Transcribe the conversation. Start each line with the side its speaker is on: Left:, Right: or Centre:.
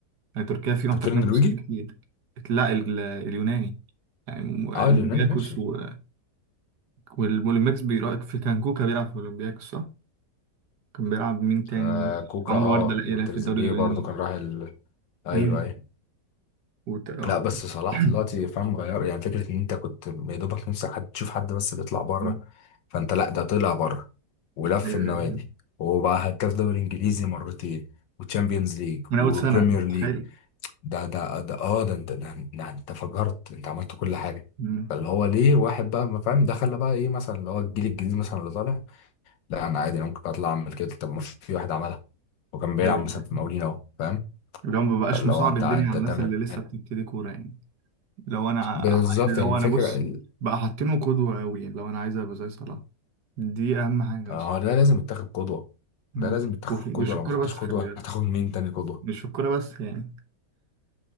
Right: يعني تركيا فيه
Left: انت
Right: محترفين
Left: بتقول نرويجي
Right: مصريين كتير لا ال- اليوناني يعني م- الاولمبياكوس
Left: اه اليوناني ماشي
Right: و... والاولمبياكوس بيراقب في كانكوكا بيلعب في الاولمبياكوس صح؟ كان بيلعب مين تاني؟
Left: آه كوكا
Right: عمرو
Left: اه
Right: وردة لا
Left: وتريزيجيه
Right: يلعب في الدوري اليوناني
Left: برضو كان راح ال... ايوه
Right: امم
Left: ايوه
Right: وت... آه.
Left: لا بس صلاح
Right: <clears throat>
Left: دلوقتي فاهم غير يعني فكره ان انت كنت يا دوبك نفسك حد تشوف حد بس بيطلع بره
Right: أمم.
Left: فانت لا ده طلع بره ولف
Right: ايوه
Left: النوادي وبقى هداف دوري انجليزي مرتين وتشامبيونز ليج
Right: من
Left: وبريمير
Right: اول سنه انت متخيل
Left: ليج ده ده ده اه ده انت ده, ده انت فجرت انت عملت كل حاجه
Right: امم
Left: فاللي هو ليه واحد بقى ما فاهم ده خلى بقى ايه مثلا اللي هو الجيل الجديد مثلا اللي طالع لا انا عادي انا ممكن اطلع اعمل كده طب ما في واحد عملها وكان بيلعب
Right: ايوه
Left: مثلا
Right: أيوة.
Left: في مقاولين اهو فاهم
Right: اللي هو ما بقاش
Left: فاللي
Right: مصعب
Left: هو انت
Right: الدنيا
Left: انت
Right: على الناس
Left: تعمل
Right: اللي لسه بتبتدي كوره يعني لو انا ع-
Left: بالظبط
Right: لو
Left: الفكره
Right: انا بص
Left: ال-
Right: بقى حاطينه قدوه قوي يعني لو انا عايز ابقى زي صلاح دي اهم حاجه
Left: آه،
Right: اصلا
Left: هو ده لازم يتاخد قدوه ده
Right: امم
Left: لازم يتاخد
Right: ومش
Left: قدوه
Right: الكوره
Left: لو ما خدتش
Right: بس
Left: قدوه
Right: خلي بالك
Left: هتاخد مين تاني قدوه
Right: مش في الكوره بس يعني